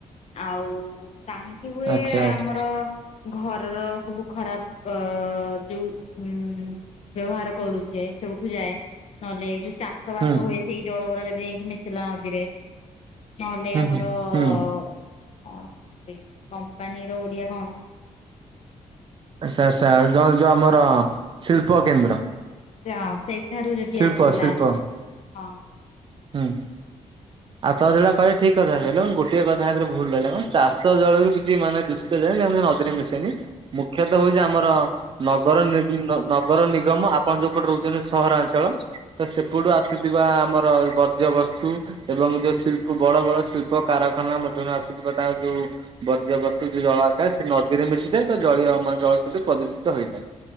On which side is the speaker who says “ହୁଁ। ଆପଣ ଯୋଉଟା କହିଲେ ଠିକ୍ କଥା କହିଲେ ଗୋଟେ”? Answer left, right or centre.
Right